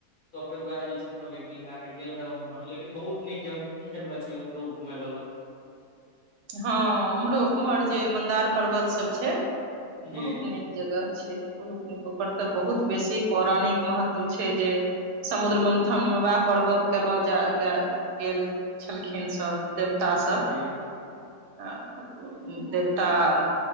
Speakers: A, on the left (about 50°); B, on the right (about 85°).
A: तऽ फेर वएह जे छैे त टिंग लय के गेल रहे उमहर लेकिन बहुत नीक जगह छियै उम्हरो घुमै वला
B: हँ उम्हरो उम्हर जे मन्दार पर्वत सब छै
A: जी
B: बहुत
A: जी
B: नीक जगह छै बहुत नीक ओकर तऽ बहुत बेसी पौराणिक महत्व छै जे समुद्र मन्थन मे वएह पर्वत के लऽ जा गेल छलखिन सब देवता सब
A: जी
B: देवता आ देवता